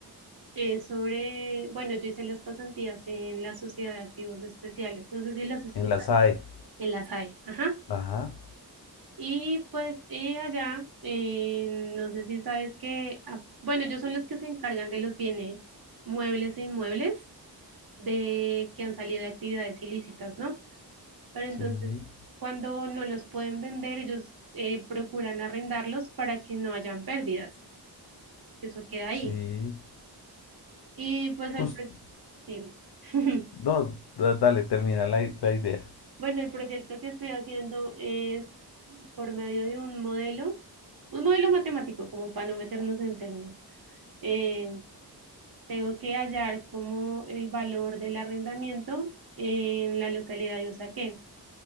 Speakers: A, on the right; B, on the left.
A: es sobre, bueno, yo hice las pasantías en la Sociedad de Activos Especiales, no sé si las escuchas,
B: En la SAE.
A: en la SAE, ajá.
B: Ajá,
A: Y pues eh, allá, eh, no sé si sabes que, ah, bueno, ellos son los que se encargan de los bienes muebles e inmuebles. de que han salido de actividades ilícitas, ¿no? Pero entonces,
B: sí,
A: cuando no los pueden vender, ellos eh, procuran arrendarlos para que no hayan pérdidas, que eso queda ahí.
B: sí.
A: Y pues el
B: Justo.
A: pro- dime. <laughs>
B: No, da- dale, termina la, i- la idea.
A: Bueno, el proyecto que estoy haciendo es por medio de un modelo, un modelo matemático, como para no meternos en términos. Eh, tengo que hallar como el valor del arrendamiento en la localidad de Usaquén.